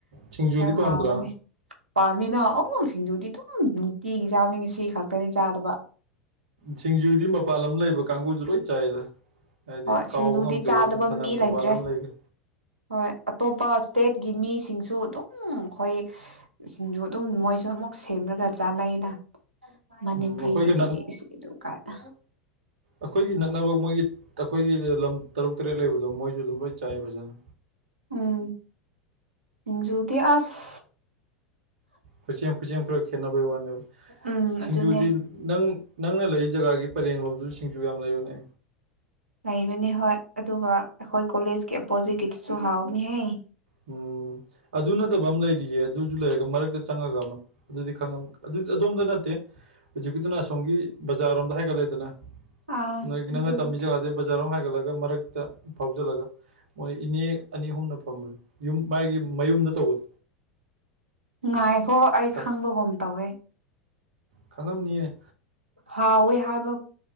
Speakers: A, on the right; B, on the right.
A: ꯁꯤꯡꯖꯨꯗꯤ ꯄꯥꯟꯗ꯭ꯔꯥ
B: ꯍꯥꯎꯕꯅꯤ ꯄꯥꯝꯃꯤꯅ ꯁꯤꯡꯖꯨꯗꯤ ꯑꯗꯨꯝ ꯅꯨꯡꯇꯤꯒꯤ ꯆꯥꯕꯅꯤ ꯉꯁꯤ ꯈꯛꯇꯅꯤ ꯆꯥꯗꯕ
A: ꯁꯤꯡꯖꯨꯗꯤ ꯃꯄꯥꯟ ꯂꯝ ꯂꯩꯕ ꯀꯥꯡꯕꯨꯁꯨ ꯂꯣꯏ ꯆꯥꯏꯗ ꯍꯥꯏꯗꯤ
B: ꯍꯣꯏ
A: ꯀꯥꯎꯕ
B: ꯁꯤꯡꯖꯨꯗꯤ
A: ꯉꯝꯗꯦꯕ
B: ꯆꯥꯗꯕ
A: ꯑꯗꯨꯝ ꯐꯅ
B: ꯃꯤ
A: ꯃꯄꯥꯥꯟ
B: ꯂꯩꯇ꯭ꯔꯦ
A: ꯂꯝ ꯂꯩꯒꯦ
B: ꯍꯣꯏ ꯑꯇꯣꯞꯄ ꯏꯁꯇꯦꯠꯒꯤ ꯃꯤꯁꯤꯡꯁꯨ ꯑꯗꯨꯝ ꯎꯝ ꯈꯣꯏ ꯁꯤꯡꯖꯨ ꯑꯗꯨꯝ ꯃꯣꯏꯁꯨ ꯑꯃꯨꯛ ꯁꯦꯝꯔꯒ ꯆꯥꯅꯩꯅ ꯃꯅꯤꯄ꯭ꯔꯤꯗꯗꯤ
A: ꯎꯝ ꯑꯩꯈꯣꯏꯒ
B: <inaudible> ꯗꯨ ꯀꯥꯏꯅ
A: ꯑꯈꯣꯏꯒꯤ ꯅꯛꯅꯕ ꯃꯣꯏꯒꯤꯇ ꯑꯈꯣꯏꯒꯤ ꯂꯝ ꯇꯔꯨꯛ ꯇꯔꯦꯠ ꯂꯩꯕꯗꯣ ꯃꯣꯏꯖꯨ ꯑꯗꯨꯝ ꯂꯣꯏ ꯆꯥꯏ ꯐꯖꯅ
B: ꯎꯝ ꯁꯤꯡꯖꯨꯗꯤ ꯑꯁ
A: ꯈꯨꯁꯦꯝ ꯈꯨꯁꯦꯝ ꯈꯔ ꯈꯦꯠꯅꯕꯩ ꯋꯥꯅꯦꯕ
B: ꯎꯝ
A: ꯁꯤꯡꯖꯨꯗꯤ
B: ꯑꯗꯨꯅꯦ
A: ꯅꯪ ꯅꯪꯅ ꯂꯩꯔꯤ ꯖꯒꯥꯒꯤ ꯄꯔꯦꯡꯂꯣꯝꯗꯨ ꯁꯤꯡꯖꯨ ꯌꯥꯝ ꯂꯩꯕꯅꯦ
B: ꯂꯩꯕꯅꯤ ꯍꯣꯏ ꯑꯗꯨꯒ ꯑꯩꯈꯣꯏ ꯀꯣꯂꯦꯖꯀꯤ ꯑꯄꯣꯖꯤꯀꯤꯗꯨꯁꯨ ꯍꯥꯎꯕꯅꯤꯍꯦ
A: ꯎꯝ ꯑꯗꯨ ꯅꯠꯇꯕ ꯑꯃ ꯂꯩꯔꯤꯌꯦ ꯑꯗꯨꯖꯨ ꯂꯩꯔꯒ ꯃꯔꯛꯇ ꯆꯪꯉꯒ ꯑꯃ ꯑꯗꯨꯗꯤ ꯈꯪꯉꯝ ꯑꯗꯨ ꯑꯗꯣꯝꯗ ꯅꯠꯇꯦ ꯍꯧꯖꯤꯛꯀꯤꯗꯨꯅ ꯑꯁꯣꯝꯒꯤ ꯕꯖꯥꯔꯔꯣꯝꯗ ꯍꯥꯏꯒꯠꯂꯦꯗꯅ
B: ꯑꯥ
A: ꯅꯣꯏ
B: ꯑꯗꯨꯕꯨꯗꯤ
A: ꯅꯣꯒ ꯇꯝꯃꯤ ꯖꯒꯥꯗꯩ ꯕꯖꯥꯔꯔꯣꯝ ꯍꯥꯏꯒꯠꯂꯒ ꯃꯔꯛꯇ ꯐꯥꯎꯖꯤꯜꯂꯒ ꯃꯣꯏ ꯏꯅꯦ ꯑꯅꯤ ꯑꯍꯨꯝꯅ ꯐꯝꯕꯅꯤ ꯌꯨꯝ ꯃꯥꯒꯤ ꯃꯌꯨꯝꯗ ꯇꯧꯕꯗꯣ
B: ꯉꯥꯏꯈꯣ ꯑꯩ
A: ꯈꯪ
B: ꯈꯪꯕꯒꯨꯝ ꯇꯧꯋꯦ
A: ꯈꯪꯉꯝꯅꯤꯌꯦ
B: ꯍꯥꯎꯋꯦ ꯍꯥꯏꯕ